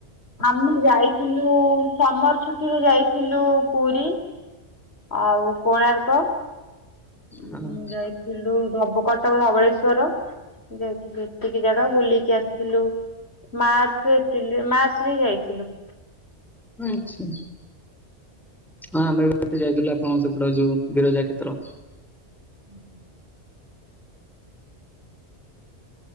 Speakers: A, on the left; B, in the centre.
A: ଆମେ ଯାଇଥିଲୁ ସମର୍ ଛୁଟିରେ ଯାଇଥିଲୁ ପୁରୀ। ଆଉ କୋଣାର୍କ ଉଁ
B: ହଁ
A: ଡ୍ରାଇଫ। ଥିଲୁ ଧବ କଟକ ଧବଳେଶ୍ଵର। ଯାଇଥିଲୁ ଏତିକି ଜାଗା ବୁଲିକି ଆସିଥିଲୁ ମାର୍ଚ୍ଚ ଏପ୍ରିଲ୍ ରେ ମାର ଚ ରେ ଯାଇଥିଲୁ।
B: ଆଚ୍ଛା। ହଁ ଆମେ ବି ତ ଯାଇଥିଲୁ ଆପଣଙ୍କ ସେପଟେ ଯୋଉ ବିିରଜା କ୍ଷେତ୍ର।
A: ହୁଁଁ ହୁଁ।